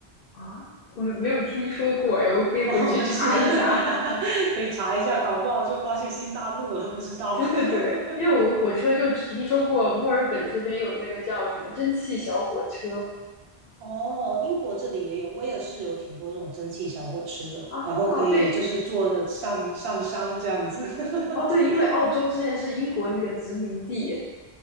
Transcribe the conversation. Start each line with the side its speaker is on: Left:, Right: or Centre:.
Left: 啊！我没有听说过哎，我可以回去查一下。
Right: <laughs> 哦，没事，<laughs> 可以查一下，搞不好就发现新大陆了，不知道。
Left: 对对对，
Right: <laughs>
Left: 因为我火车就只听说过墨尔本这边有那个叫什么蒸汽小火车
Right: 哦，英国这里也有，威尔士有挺多这种蒸汽小火车的，
Left: 啊，
Right: 然后可以就是坐着上上山这样子。
Left: 对
Right: <laughs>
Left: 哦对，因为澳洲之前是英国那个殖民地，